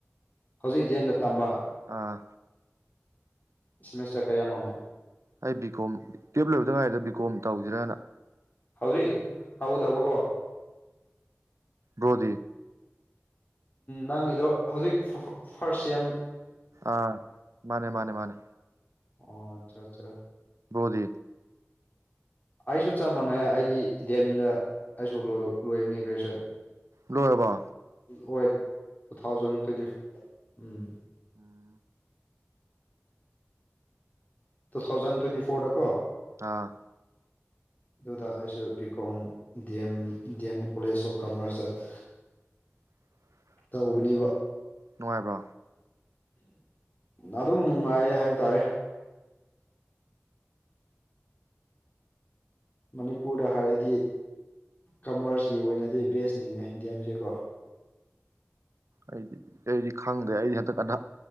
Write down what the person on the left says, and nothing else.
ꯍꯧꯖꯤꯛ ꯗꯦꯝꯗ ꯇꯝꯕ
ꯁꯤꯃꯦꯁꯇꯔ ꯀꯌꯥ ꯏꯅꯦ
ꯍꯧꯖꯤꯛ ꯍ ꯇꯧꯕꯀꯣ
ꯅꯪꯒꯤꯗꯣ ꯍꯧꯖꯤꯛ ꯐꯥꯔꯁ ꯁꯦꯝꯦꯝ
ꯑꯣ ꯑꯠꯆꯥ ꯑꯠꯆꯥ
ꯑꯩꯁꯨ ꯆꯞ ꯃꯥꯟꯅꯩ ꯑꯩꯗꯤꯗꯤꯦꯝꯗ ꯑꯩꯁꯨ ꯂꯣꯏꯕꯅꯤ ꯒ꯭ꯔꯦꯖꯨꯌꯦꯁꯟ
ꯑꯣꯏ ꯇꯨ ꯊꯥꯎꯖꯟ ꯇ꯭ꯋꯦꯟꯇꯤ ꯎꯝ
ꯇꯨ ꯊꯥꯎꯖꯟ ꯇ꯭ꯋꯦꯟꯇꯤ ꯐꯣꯔꯗ ꯀꯣ
ꯑꯗꯨꯗ ꯑꯩꯁꯨ B Kom D M D M college of ꯀꯃꯔꯁꯇ
ꯇꯧꯕꯅꯦꯕ
ꯑꯗꯨꯝ ꯅꯨꯡꯉꯥꯏ ꯍꯥꯏꯕ ꯇꯥꯔꯦ ꯃꯅꯤꯄꯨꯔꯗ ꯍꯥꯏꯔꯗꯤ ꯀꯃꯔꯁꯀꯤ ꯑꯣꯏꯅꯗꯤ ꯕꯦꯁꯅꯤꯅꯦ ꯗꯤ ꯑꯦꯝꯁꯦꯀꯣ